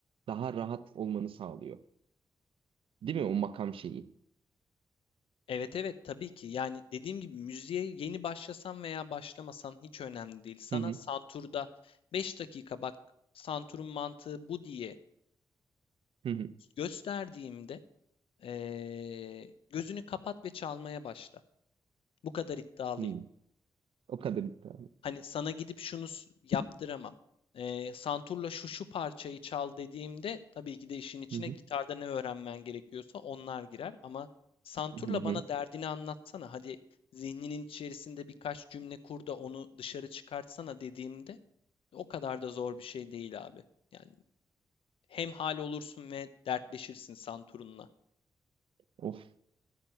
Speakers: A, on the right (about 75°); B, on the left (about 80°).
A: daha rahat olmanı sağlıyor. Değil mi o makam şeyi?
B: Evet evet tabii ki. Yani dediğim gibi müziğe yeni başlasan veya başlamasan hiç önemli değil. Sana
A: Hı hı
B: santurda 5 dakika bak santurun mantığı bu diye
A: hı hı.
B: gösterdiğimde eee, gözünü kapat ve çalmaya başla. Bu kadar iddialıyım.
A: hı. O kadar iddialı.
B: Hani sana gidip şunu s- yaptıramam. Ee, santurla şu şu parçayı çal dediğimde tabii ki de işin içine
A: Hı hı
B: gitarda ne öğrenmen gerekiyorsa onlar girer ama santurla
A: hı hı.
B: bana derdini anlatsana. Hadi zihninin içerisinde birkaç cümle kur da onu dışarı çıkartsana dediğimde o kadar da zor bir şey değil abi. Yani hem hal olursun ve dertleşirsin santurunla.
A: Of.